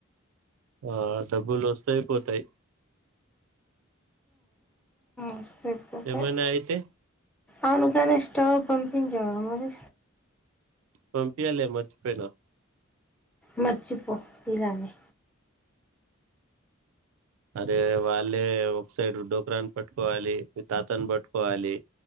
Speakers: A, on the right; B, in the centre.
A: ఆ డబ్బులు వస్తాయి పోతాయి
B: వస్తాయి పోతాయి
A: ఏమైనా అయితే
B: అవునుకానే స్టవ పంపి జవా అ మరి
A: పంపియాల మర్చిపోయిన
B: మరిచిపో ఇలానే
A: అదే వాళ్ళే ఒక సైడ్ డోకరాని పట్టుకోవాలి తాతను పట్టుకోవాలి